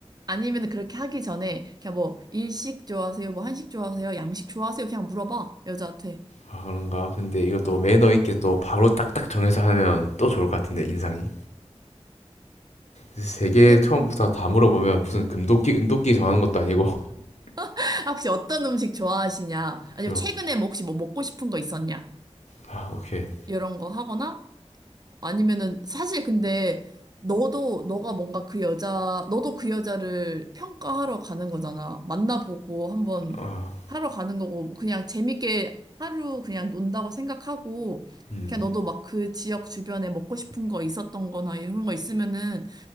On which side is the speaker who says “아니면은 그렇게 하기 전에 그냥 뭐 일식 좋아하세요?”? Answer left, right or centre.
Right